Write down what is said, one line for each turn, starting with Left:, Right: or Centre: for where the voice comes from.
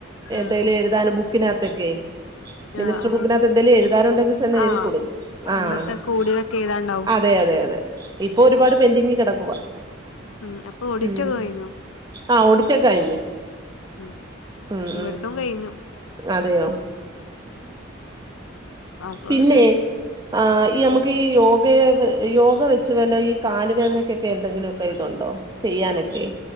Right: എന്തേലും
Left: ആഹ്
Right: എഴുതാന് ബുക്കിനാത്തൊക്കെയെ മിനിസ്റ്റ്
Left: ആഹ് ആഹ്
Right: ബുക്കിനാത്ത് എന്തേലും എഴുതാനുണ്ടെങ്കി ചെന്നെഴുതി
Left: ആഹ്
Right: കൊടുക്കും ആഹ്
Left: അന്നത്തെ
Right: അ
Left: കൂടിയതൊക്കെ എഴുതാണ്ടാവും
Right: അതെ അതെ അതെ ഇപ്പൊ ഒരുപാട് പെന്റിങ്ങിൽ കെടക്കുവ
Left: ഉം അപ്പൊ ഓഡിറ്റ്
Right: ഉം
Left: ഒക്കെ കഴിഞ്ഞോ
Right: ആഹ് ഓടിറ്റൊക്കെ കഴിഞ്ഞ്
Left: ഉം
Right: ഉം
Left: ഇവിട്ത്തും
Right: ഉം
Left: കഴിഞ്ഞു
Right: അതെയോ
Left: അപ്പൊ
Right: പിന്നെ
Left: രസ്
Right: ആഹ് ഈ അമ്മ ക്കീ യോഗെ യോഗ വച്ച് വല്ല ഈ കാല് വേദനക്കൊക്കെ എന്തെങ്കിലൊക്കെ ഇതുണ്ടോ? ചെയ്യാനൊക്കെ